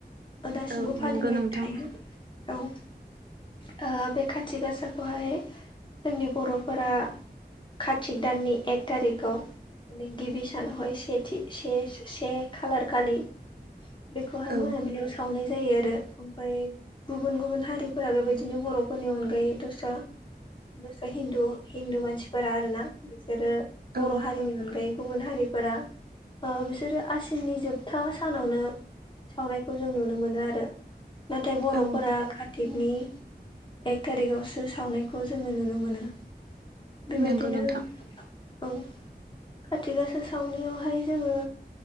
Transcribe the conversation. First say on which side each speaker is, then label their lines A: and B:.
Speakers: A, on the left; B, on the right.
A: बा दासिमबो
B: औ
A: फालिबाय
B: नंगौ नोंथां
A: थायो औ बे खाथि गासाखौहाय जोंनि बर'फोरा कतिक दाननि एक थारिखाव माने गिबि सानावहाय सेथि से से खालार खालि बेखौहाय
B: औ
A: मोनाबिलियाव सावनाय जायो आरो ओमफ्राय गुबुन गुबुन हारिफोरा बेबायदिनो बर'फोरनि अनगायै दस्रा दस्रा हिन्दु हिन्दु मानसिफोरा आरोना बिसोरो बर'
B: औ
A: हारिनि नि अनगायै गुबुन हारिफोरा बिसोरो आसिननि जोबथा सानावनो सावनायखौ जों नुनो मोनो आरो नाथाय बर'फोरा
B: औ
A: कातिकनि एक थारिखावसो सावनाय खौ जोङो नुनो मोनो बेबायदिनो
B: नंगौ नोंथां
A: औ खाथि गासा सावनायावहाय जोङो